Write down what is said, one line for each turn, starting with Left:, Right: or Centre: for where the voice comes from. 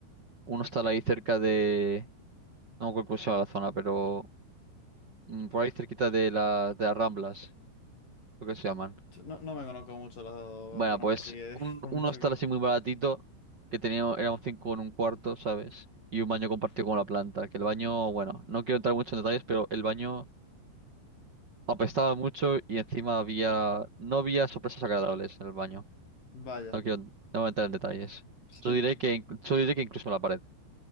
Right: un hostal ahí cerca de, no me acuerdo cómo se llama la zona, pero mm, por ahí cerquita de la, de las Ramblas, lo que se llaman.
Left: Yo No, no me conozco mucho la de
Right: Bueno,
Left: Barcelona,
Right: pues
Left: así que
Right: un,
Left: <laughs> por
Right: un
Left: mucho
Right: hostal
Left: que...
Right: así muy baratito, que teníamos, éramos cinco en un cuarto, ¿sabes? Y un baño compartido con la planta, que el baño, bueno, no quiero entrar mucho en detalles, pero el baño apestaba mucho y encima había, no había sorpresas agradables en el baño.
Left: Vaya,
Right: No quiero, no voy a entrar en detalles.
Left: sí,
Right: Yo diré que, inc- yo diré que incluso en la pared.